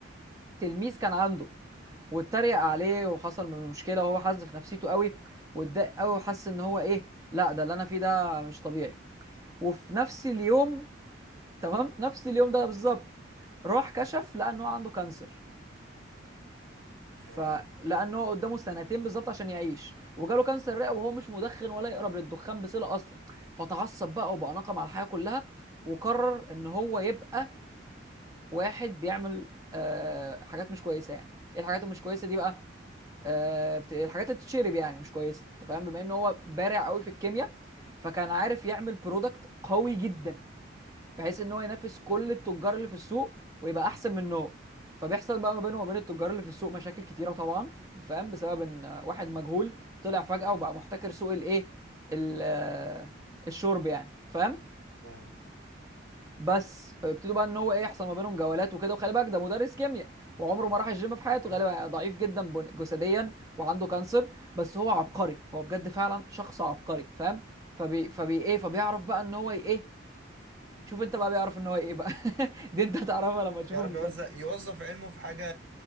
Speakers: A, on the right; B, on the right.
A: تلميذ كان عنده واتريق عليه وحصل مشكله وهو حز في نفسيته قوي واتضايق قوي وحس ان هو ايه لا ده اللي انا فيه ده مش طبيعي وفي نفس اليوم تمام نفس اليوم ده بالظبط راح كشف لقى ان هو عنده كانسر فلان
B: ياه
A: هو قدامه سنتين بالظبط عشان يعيش وجاله كانسر رئه وهو مش مدخن ولا يقرب للدخان بصله اصلا فتعصب بقى وبقى ناقم على الحياه كلها وقرر ان هو يبقى واحد بيعمل آه حاجات مش كويسه يعني ايه الحاجات المش كويسه دي بقى آه، بت- الحاجات اللي بتتشرب يعني مش كويسه انت فاهم بما ان هو بارع قوي في الكيمياء فكان عارف يعمل برودكت قوي جدا بحيث ان هو ينافس كل التجار اللي في السوق ويبقى احسن منهم فبيحصل بقى ما بينه وما بين التجار اللي في السوق مشاكل كتيره طبعا فاهم بسبب ان آه، واحد مجهول طلع فجأة وبقى محتكر سوق الايه ال- آه، الشرب يعني فاهم
B: ياه
A: بس فيبتدوا بقى ان هو ايه يحصل ما بينهم جولات وكده وخلي بالك ده مدرس كيمياء وعمره ما راح الجيم في حياته
B: مم.
A: غالبا ضعيف جدا بن- جسديا وعنده كانسر بس هو عبقري هو بجد فعلا شخص عبقري فاهم فبي فبي ايه فبيعرف بقى ان هو ايه شوف انت بقى بيعرف ان هو ايه بقى <laughs> دي انت هتعرفها لما تشوف
B: يعرف
A: المسلسل
B: يوزع يوظف علمه في حاجة